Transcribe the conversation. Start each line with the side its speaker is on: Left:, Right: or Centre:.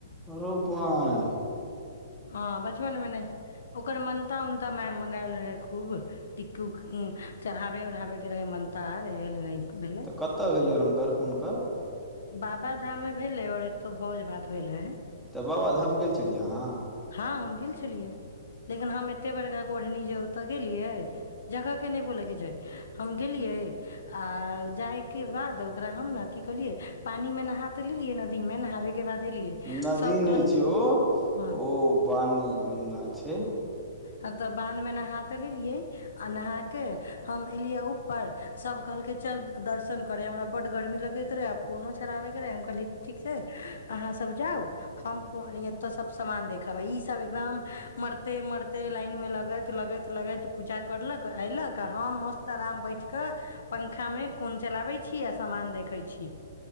Centre: अरोबंयह
Left: हँ बचपन मे नहि ओकर मन उता मँगाायल रहै खूब टिक चढ़ाबै ओढ़ाबैके रहै मानतार नहि
Centre: तऽ कतऽ भेलै हुनकर हुनकर
Left: बाबा धाममे भेलै ओर तो भोज भात भेल रहे
Centre: तऽ बाबाधाम गेल छलियै अहाँ
Left: हँ हम गेल छलियै लेकिन हम एते बड़का कोढ़नी जे ओतऽ गेलियै जगह के नहि बोलयके छै हम गेलियै आ जायके बाद ओकरा हम ने की कहलियै पानी मे नहा तऽ लेलियै नदी मे नहाबे के बाद एलियै
Centre: नदी
Left: सब
Centre: नहि
Left: कहलकै
Centre: छै ओ
Left: हँ
Centre: ओ बान गंगा छै
Left: ह तऽ बान्ध में नहा ते लेलियै आ नहा के हम एलियै ऊपर सब कहलकै चल दर्शन करे हमरा बड गर्मी लगैत रहे आ फोनो चलाबे के रहे हम कहलिय ठीक छै अहाँ सब जाउ हम फो एतो सब समामान देख ब ईसभ एकदम मरिते मरिते लाइनमे लगैत लगैत लगैत पूजा करलक अयलक आ हम मस्त आराम बैठ कऽ पंखामे फोन चलाबैत छी आ सामान देखैत छी